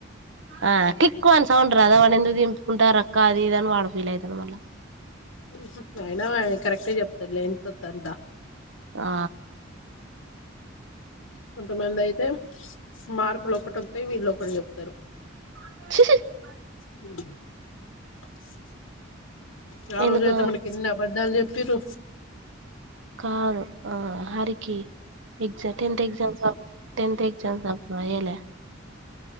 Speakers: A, on the right; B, on the left.
A: ఆ కిక్ మని సౌండ్ రాదా వాని ఎందుకు దింపుకుంటారు అక్క అది ఇది అని వాడు ఫీల్ అవుతాడు. మళ్ళా
B: నువ్వు పోయినవ్ కాదే కరెక్ట్ చెప్తారు లే ఎంత వత్తె అంతా
A: ఆ
B: కొంతమంది అయితే మార్కులు ఒకటి వస్తే వీళ్ళు ఒకటి చెప్తారు.
A: <unintelligible>
B: హు ఆ
A: ఎందుకు
B: రోజైతే మనకెన్ని అబద్ధాలు చెప్ తీరు
A: కాదు ఆ హరికి ఎక్సాట్ టెన్త్ ఎగ్జామ్స్ అప్ టెన్త్ ఎగ్జామ్స్ అప్పుడు అయ్యేలే